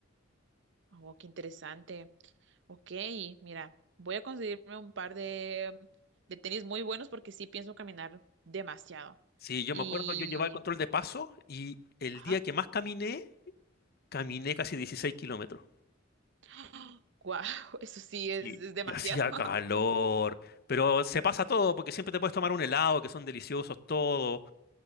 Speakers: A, on the right; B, on the left.
A: Oh, qué interesante. Ok, mira, voy a conseguirme un par de, de tenis muy buenos porque sí pienso caminar demasiado.
B: Sí, yo
A: Y,
B: me acuerdo, yo llevaba el control de paso y el
A: ajá,
B: día que más caminé, caminé casi 16 kilómetros.
A: <gasps> wow, <laughs> eso sí es,
B: Sí.
A: es demasiado.
B: Y hacía
A: <laughs>
B: calor, pero se pasa todo, porque siempre te puedes tomar un helado, que son deliciosos todos,